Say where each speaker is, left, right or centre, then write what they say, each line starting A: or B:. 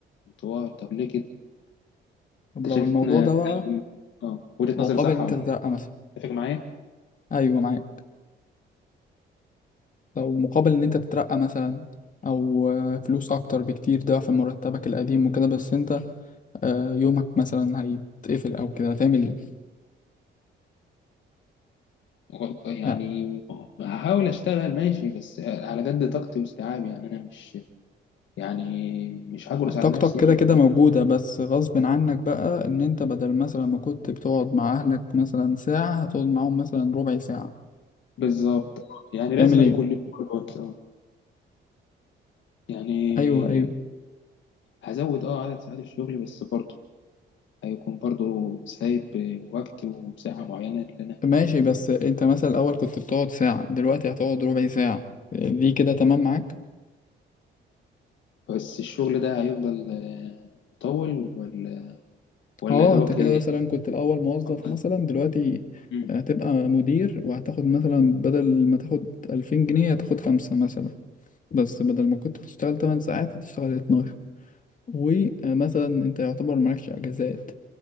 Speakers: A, on the left (about 70°); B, on the left (about 40°).
A: وانطوائي طب ليه كده
B: طب
A: انت
B: لو
A: شايفنا
B: الموضوع ده بقى
A: اه وجهة
B: مقابل
A: نظري صح
B: ان انت
A: ولا
B: تترقى
A: لا؟
B: مثلا
A: اتفق معايا
B: ايوه معاك لو مقابل ان انت تترقى مثلا او آه، فلوس اكتر بكتير ضعف مرتبك القديم وكده بس انت آه، يومك مثلا هيتقفل او كده هتعمل ايه
A: غلط يعني
B: يعني
A: هحاول اشتغل ماشي بس على قد طاقتي واستيعابي يعني انا مش يعني مش هجرس على
B: طاقتك
A: نفسي
B: كده
A: يعني
B: كده موجودة بس غصب عنك بقى ان انت بدل مثلا ما كنت بتقعد مع اهلك مثلا ساعة هتقعد معاهم مثلا ربع ساعة
A: بالظبط يعني
B: هتعمل
A: لازم
B: ايه
A: أن يكون لي برضه وقت اه يعني
B: ايوه ايوه
A: هزود اه عدد ساعات الشغل بس برضه هيكون برضو سايب وقت ومساحة معينة اللي أنا
B: ماشي بس انت مثلا الاول كنت بتقعد ساعة دلوقتي هتقعد ربع ساعة دي كده تمام معاك
A: بس الشغل ده هيفضل آه، مطول ولا ولا
B: اه
A: يا دوبك
B: انت كده مثلا كنت الاول موظف
A: أفضل
B: مثلا دلوقتي
A: مم.
B: هتبقى مدير وهتاخد مثلا بدل ما تاخد 2000 جنيه هتاخد خمسة مثلا بس بدل ما كنت بتشتغل 8 ساعات هتشتغل 12 ومثلا انت يعتبر مالكش اجازات